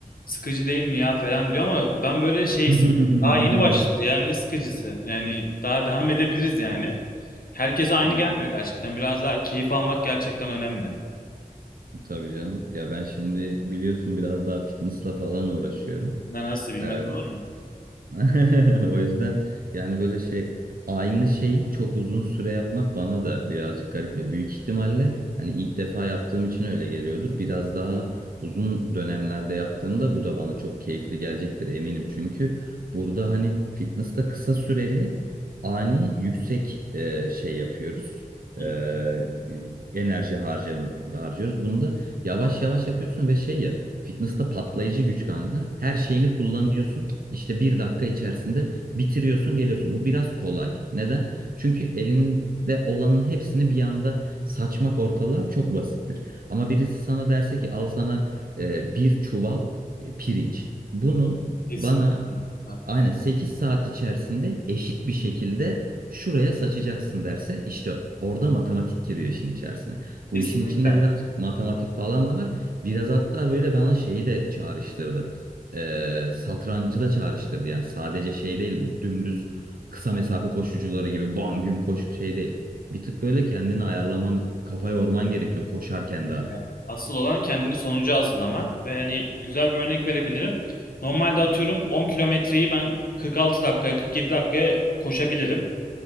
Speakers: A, on the left; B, on the right.
A: sıkıcı değil mi ya falan diyor ama ben böyle şey
B: <laughs>
A: hissediyorum. Daha yeni başladı ya ne sıkıcısı. Yani daha devam edebiliriz yani. Herkese aynı
B: Hı
A: gelmiyor
B: hı.
A: gerçekten. Biraz daha keyif almak gerçekten önemli.
B: Tabii canım. Ya ben şimdi biliyorsun biraz daha fitnessla falan uğraşıyorum.
A: Ne nasıl bilmez
B: Ee,
A: olur mu?
B: <laughs> o yüzden yani böyle şey aynı şeyi çok uzun süre yapmak bana da birazcık garip geliyor. Büyük ihtimalle hani ilk defa yaptığım için öyle geliyordur. Biraz daha uzun dönemlerde yaptığımda bu da bana çok keyifli gelecektir eminim. Çünkü burada hani fitness'ta kısa süreli ani yüksek e, şey yapıyoruz.
A: Hı
B: Ee,
A: hı.
B: enerji harcam harcıyoruz. Bunu da yavaş yavaş yapıyorsun ve şey ya Fitness'ta patlayıcı güç kanka. Her şeyini kullanıyorsun. İşte bir dakika içerisinde bitiriyorsun, geliyorsun. Bu biraz kolay. Neden? Çünkü elinde olanın hepsini bir anda saçmak ortalığa çok basittir. Ama birisi sana derse ki al sana e, bir çuval e, pirinç. Bunu
A: Kesinlikle.
B: bana
A: Haklısın.
B: Aynen 8 saat içerisinde eşit bir şekilde şuraya saçacaksın derse işte orada matematik giriyor işin içerisine. Bu
A: Kesinlikle.
B: işin içinde biraz matematik falan da var. Biraz hatta böyle bana şeyi de çağrıştırdı. Ee, satrancı da çağrıştırdı. Yani sadece şey değil bu dümdüz kısa mesafe koşucuları gibi bam gün koşup şey değil. Bir tık böyle kendini ayarlaman, kafa yorman gerekiyor koşarken
A: Kesinlikle.
B: daha.
A: Asıl olan kendini sonuca hazırlaman ve hani güzel bir örnek verebilirim. Normalde atıyorum 10 kilometreyi ben 46 dakikaya 47 dakikaya koşabilirim.